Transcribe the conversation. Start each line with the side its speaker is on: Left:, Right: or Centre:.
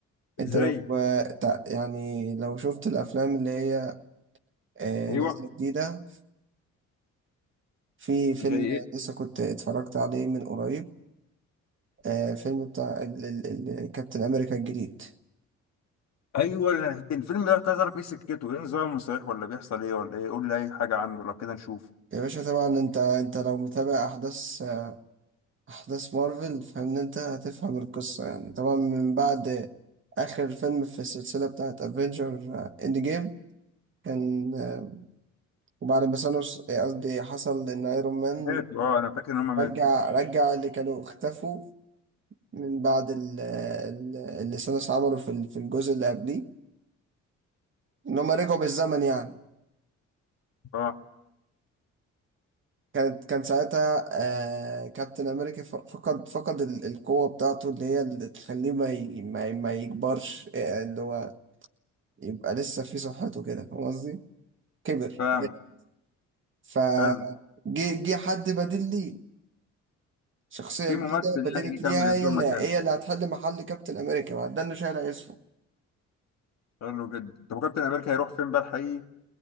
Right: انت
Left: زي
Right: لو آه، تع- يعني لو شفت الافلام اللي هي آه،
Left: ايوه
Right: نازلة جديدة في فيلم
Left: زي ايه
Right: لسه كنت اتفرجت عليه من قريب آه، فيلم بتاع ال- ال- ال- كابتن أمريكا الجديد
Left: ايوه أنا كنت- الفيلم ده كنت عايز اعرف ايه سكته ايه نظامه صحيح ولا بيحصل ايه ولا ايه قول لي اي حاجه عنه لو كده نشوف
Right: يا باشا طبعا انت انت لو متابع احداث آه، احداث مارفل فان انت هتفهم القصة يعني طبعا من بعد اخر فيلم في السلسلة بتاعت افنجر اند جيم كان آه، وبعد ما ثانوس آه، قصدي حصل ان ايرون مان
Left: ماتوا اه انا فاكر ان هم ماتوا
Right: رجع رجع اللي كانوا اختفوا من بعد ال- ال- اللي ثانوس عمله في ال- في الجزء اللي قبليه ان هم رجعوا بالزمن يعني
Left: اه
Right: كانت كان ساعتها آه كابتن امريكا ف- فقد فقد ال- القوة بتاعته اللي هي اللي تخليه ما ي- ما ي- ما يكبرش آه، اللي هو يبقى لسه في صحته كده فاهم قصدي؟ كبر
Left: فاهمك
Right: فجي
Left: حلو
Right: جه حد بديل ليه شخصية
Left: في
Right: جديدة
Left: ممثل
Right: بدلت
Left: يعني جه يكمل
Right: ليها
Left: الدور
Right: هي اللي
Left: مكانه
Right: هي اللي هتحل محل كابتن امريكا ما ده اللي شايل اسمه
Left: حلو جدا طب وكابتن امريكا هيروح فين بقى الحقيقي